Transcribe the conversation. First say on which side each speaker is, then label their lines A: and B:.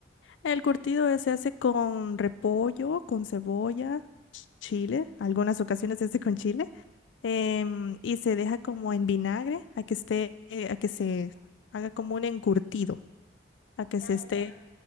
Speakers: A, on the left; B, on the left.
A: El curtido eh, se hace con repollo, con cebolla, chile, algunas ocasiones se hace con chile em, y se deja como en vinagre a que esté, eh, a que se haga como un encurtido, a que
B: Ya,
A: se esté
B: ya, ya.